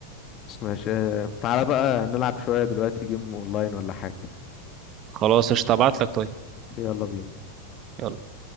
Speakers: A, on the left; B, on the right.
A: بس ماشي آه، تعالى بقى نلعب شويه دلوقتي جيم اونلاين ولا حاجه
B: خلاص قشطة هبعتلك طيب
A: يلا بينا
B: يلا